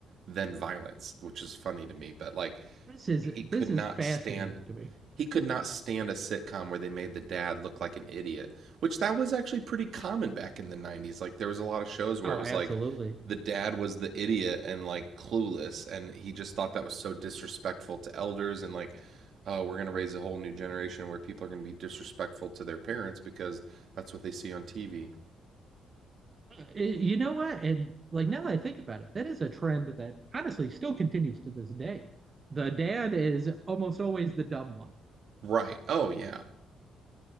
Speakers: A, on the right; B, on the right.
A: than violence, which is funny to me. But like,
B: this is
A: he could
B: this
A: not
B: is fascinating
A: stand.
B: to me.
A: He could not stand a sitcom where they made the dad look like an idiot, which that was actually pretty common back in the 90s. Like there was a lot of shows where
B: Oh,
A: it was
B: absolutely.
A: like the dad was the idiot and like clueless and he just thought that was so disrespectful to elders and like oh we're going to raise a whole new generation where people are going to be disrespectful to their parents because that's what they see on TV.
B: Uh, You know what? And like now that I think about it, that is a trend that honestly still continues to this day. The dad is almost always the dumb one.
A: Right. Oh yeah.